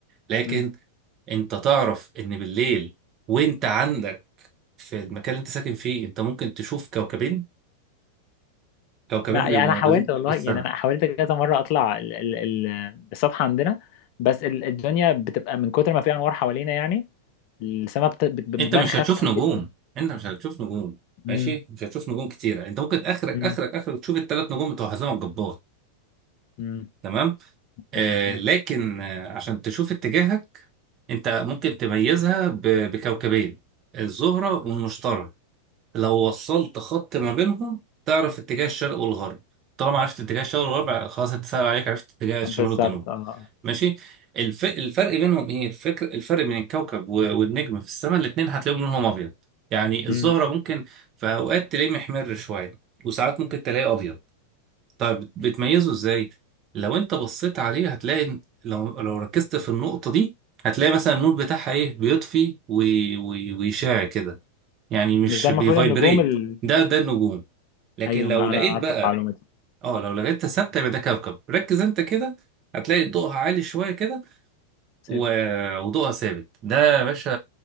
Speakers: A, on the right (about 35°); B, on the left (about 45°).
A: لكن
B: امم
A: انت تعرف ان بالليل وانت عندك في المكان اللي انت ساكن فيه انت ممكن تشوف كوكبين كوكبين
B: ما
A: بيبقوا
B: يعني انا
A: موجودين
B: حاولت
A: طول
B: والله
A: السنة
B: يعني انا حاولت كذا مره اطلع ال ال ال السطح عندنا بس ال- الدنيا بتبقى من كتر ما في انوار حوالينا يعني السماء بت- بت- بتبان
A: انت مش
B: خافته
A: هتشوف نجوم
B: جدا
A: انت مش هتشوف نجوم
B: امم
A: ماشي مش هتشوف نجوم كتيرة انت ممكن اخرك
B: امم
A: اخرك اخرك تشوف الثلاث نجوم بتوع حزام الجبار
B: امم
A: تمام آه،
B: آه، آه.
A: لكن آه، عشان تشوف اتجاهك انت ممكن تميزها ب- بكوكبين الزهرة والمشتري لو وصلت خط ما بينهم تعرف اتجاه الشرق والغرب طالما عرفت اتجاه الشرق والغرب خلاص انت سهل عليك عرفت اتجاه
B: بالظبط
A: الشمال والجنوب
B: اه آه.
A: ماشي الف... الفرق بينهم ايه الفكر الفرق بين الكوكب و- والنجم في السماء الاتنين هتلاقيهم لونهم ابيض يعني الزهرة
B: امم
A: ممكن في اوقات تلاقيه محمر شوية وساعات ممكن تلاقيه ابيض طيب بتميزه ازاي لو انت بصيت عليه هتلاقي إن- لو لو ركزت في النقطة دي هتلاقي مثلا النور بتاعها ايه بيطفي وي- وي- ويشع كده يعني مش
B: مش ده
A: بيفايبريت
B: المفروض النجوم ال...
A: ده ده النجوم لكن
B: ايوه
A: لو
B: ما
A: لقيت
B: انا عارف
A: بقى
B: المعلومه دي
A: اه لو لقيتها ثابتة يبقى ده كوكب ركز انت كده هتلاقي ضوءها عالي شوية كده
B: ثابت
A: و- وضوءها ثابت ده يا باشا